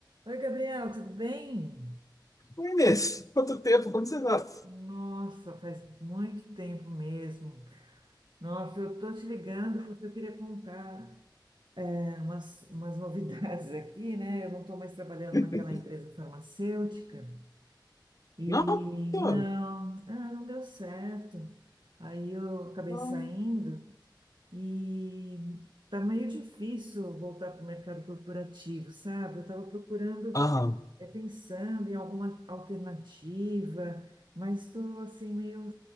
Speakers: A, on the right (about 75°); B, on the left (about 45°).
A: Oi, Gabriel, tudo bem?
B: Oi, Inês, quanto tempo, como você tá?
A: Nossa, faz muito tempo mesmo. Nossa, eu tô te ligando porque eu queria contar é, umas, umas novidades <laughs> aqui, né? Eu não tô mais trabalhando
B: <laughs>
A: naquela empresa farmacêutica e
B: Não? Tô,
A: não, ah, não deu certo. Aí eu acabei
B: não.
A: saindo e tá meio difícil voltar para o mercado corporativo, sabe? Eu tava procurando
B: Aham,
A: é pensando em alguma alternativa, mas estou assim meio,